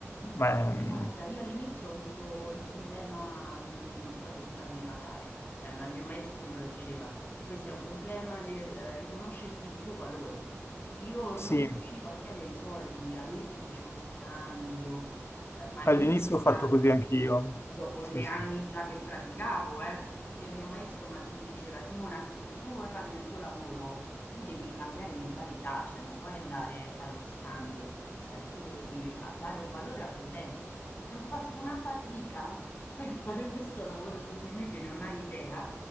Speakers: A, on the left (about 55°); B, on the left (about 35°).
A: Ma
B: Eh,
A: ehm,
B: guarda, io all'inizio ho avuto il problema, mhmm, proprio di farmi pagare, cioè, ma il mio maestro me lo diceva: "Questo è un problema nel riconoscerti il tuo valore". Io
A: sì,
B: non riuscivo a chiedere i soldi, all'inizio facevo scambio, ehm, ma all'inizio
A: all'inizio
B: ti
A: ho fatto
B: parlo
A: così anch'io.
B: dopo
A: Sì,
B: 3 anni
A: sì.
B: già che praticavo, eh, che il mio maestro m'ha mi diceva: "Simona, se tu vuoi farne il tuo lavoro, tu devi cambiare mentalità, cioè non puoi andare a fare lo scambio". Cioè, tu devi a- dare un valore al tuo tempo. E ho fatto una fatica <laughs> per fare questo lavoro su di me che non hai idea,